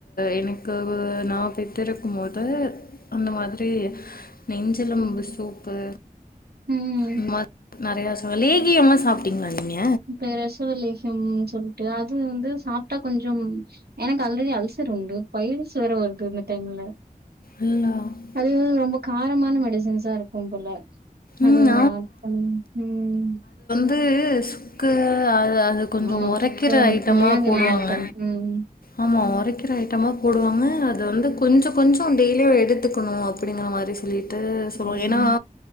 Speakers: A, on the left; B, on the right.
A: எனக் கவல நா நா பெத்திருக்கும் போது அந்த மாதிரி நெஞ்செலும்பு சூப்பு
B: ம்
A: இந்த மாதிரி நெறையா ச லேகியமு சாப்ட்டீங்களா நீங்க
B: <unintelligible> ப்ரசவலேகியம் சொல்ட்டு அது வந்து சாப்ட்டா கொஞ்சம் எனக்கு ஆல்ரெடி அல் சர் உண்டு பைல்ஸ் வேற வருது இந்த டைம்ல
A: அல்லா
B: அது ரொம்ப காரமான மெடிசன்ஸா இருக்கும் போல
A: ம்
B: அது ஆட் பண்ணியு ம்
A: து சுக்கு அது அது கொஞ்சோ
B: ஆமாங்
A: ஒரைக்கிற
B: சுக்கு
A: ஐட்டமா
B: மிளகுல்ல
A: போடுவாங்க
B: ஐட்டம் ம்
A: ஆமா ஒரைக்கிற ஐட்டமா போடுவாங்க அத வந்து கொஞ்சோ கொஞ்சோ டெய்லியு எடுத்துக்கனு அப்டிங்கற மாரி சொல்லி ட்டு சொல்லுவாங்
B: ம்
A: ஏனா